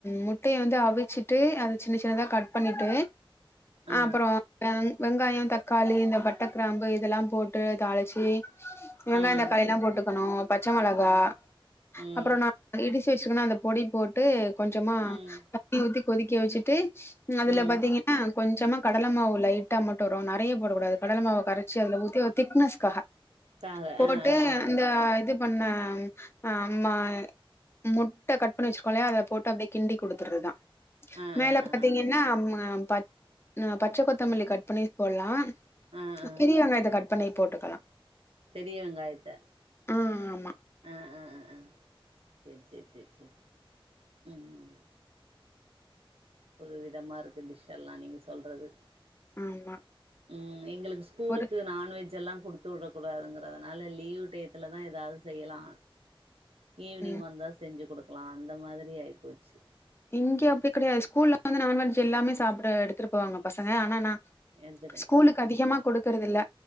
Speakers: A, on the left; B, on the right.
A: முட்டய வந்து அவிச்சிட்டு அத சின்ன சின்னதா கட் பண்ணிட்டு
B: ஆ
A: அப்பறோ ம் வெங்காயோ தக்காளி இந்த பட்ட கிராம்பு இதெல்லா போட்டு தாளிச்சு வெங்காயந்
B: ம்
A: தக்காளி எல்லா போட்டுக்கணு பச்ச மொளகா
B: ம் ம்
A: அப்பறோ நா இடிச்சு வச்சுர்கன அந்த பொடி போட்டு கொஞ்சமா
B: ம்
A: ணி ஊத்தி கொதிக்க வச்சுட்டு அதுல
B: ம்
A: பாத்தீங்க ஆ கொஞ்சமா கடல மாவு லைட்டா மட்டு வரு நறைய போடக்கூடாது கடல மாவு கரைச்ச அதுல ஊத்தி திக்னஸ்காக
B: காக
A: போட்டு
B: ஆ ஆ ஆ
A: இந்த இது பண்ண ஆம்மா முட்ட கட் பண்ணி வச்சுர்கோலையா அதுல போட்டு அப்டியே கிண்டி குடுத்துர்துதா
B: ஆ
A: மேல
B: ஆ ஆ
A: பாத்தீங்கன்னா
B: ஆ
A: பச் பச்ச கொத்தமல்லி கட் பண்ணி போட்லா
B: ஆ ஆ
A: பெரிய வெங்காயத்த கட் பண்ணி போட்டுக்கலா
B: பெரிய வெங்காயத்த
A: ஆ ஆமா
B: ஆ ஆ ஆ ஆ சேர் சேர் சேர் சேர் ம் ம் புது விதமா இருக்கு டிஷ் எல்லா நீங்க சொல்றது
A: ஆமா
B: ம் எங்களுக்கு ஸ்கூலுக்கு
A: ஒரு
B: நான்வெஜ் எல்லா குடுத் து வுடகூடாதுங்கறதுனால லீவ் டயத்துலதா ஏதாவது செய்யலா ஈவினிங்
A: ம்
B: வந்தா செஞ்சு குடுக்கலா அந்த மாதிரி ஆயி போச்சு
A: இங்கே அப்டி கிடையாது ஸ்கூல்ல வந்து நான்வெஜ் எல்லாமே சாப்பிட எடுத்துட்டு போவாங்க பசங்க ஆனா நா
B: எடுத்துட்ட
A: ஸ்கூலுக்கு அதிகமா குடுக்கறது இல்ல